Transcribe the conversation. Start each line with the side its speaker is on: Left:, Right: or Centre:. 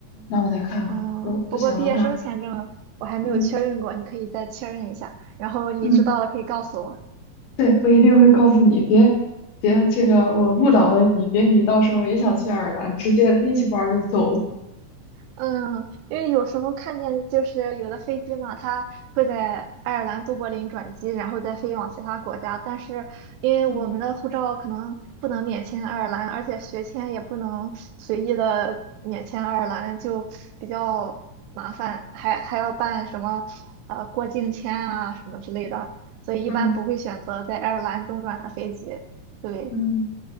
Left: 那我得看看吧。
Right: 嗯，
Left: 如果不行的话，
Right: 不过毕业生签证我还没有确认过，
Left: 嗯
Right: 你可以再确认一下，然后你知道了可以告诉我。
Left: 嗯，对，我一定会告诉你，别别这个我误导了你，别你到时候也想去爱尔兰，直接拎起包儿就走了。
Right: 嗯，因为有时候看见就是有的飞机嘛，它会在爱尔兰都柏林转机，然后再飞往其他国家。但是因为我们的护照可能不能免签爱尔兰，
Left: 嗯
Right: 而且学签也不能随意的免签爱尔兰，就比较麻烦，还还要办什么呃过境签啊什么之类的，所以一般不会选择在爱尔兰中转的飞机。
Left: 嗯
Right: 对，
Left: 嗯。